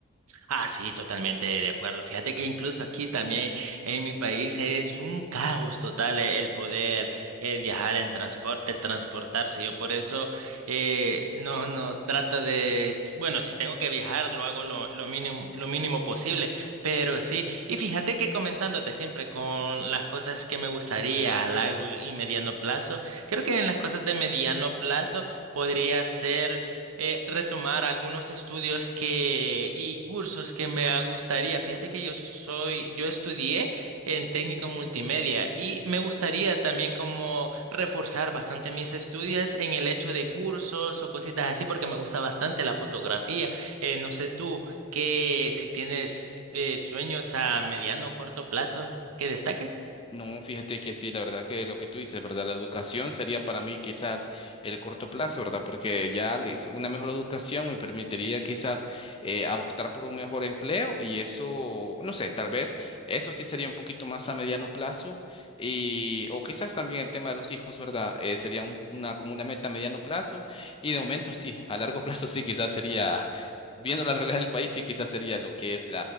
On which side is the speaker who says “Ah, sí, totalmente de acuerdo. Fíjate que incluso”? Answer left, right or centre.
Right